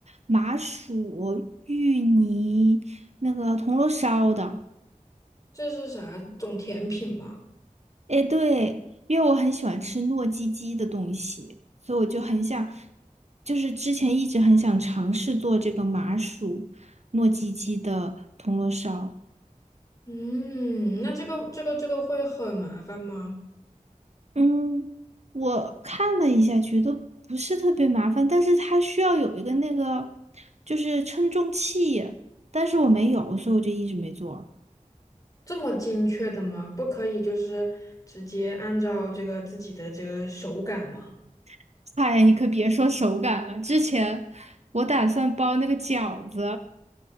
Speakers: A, on the right (about 55°); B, on the left (about 25°).
A: 麻薯芋泥那个铜锣烧的。
B: 这是啥种甜品吗？
A: 哎，对，因为我很喜欢吃糯叽叽的东西，所以我就很想，就是之前一直很想尝试做这个麻薯糯叽叽的铜锣烧。
B: 嗯，那这个这个这个会很麻烦吗？
A: 嗯，我看了一下，觉得不是特别麻烦，但是它需要有一个那个就是称重器，但是我没有，所以我就一直没做。
B: 这么精确的吗？不可以就是直接按照这个自己的这个手感吗？
A: <laughs> 哎呀，你可别说手感了，之前我打算包那个饺子，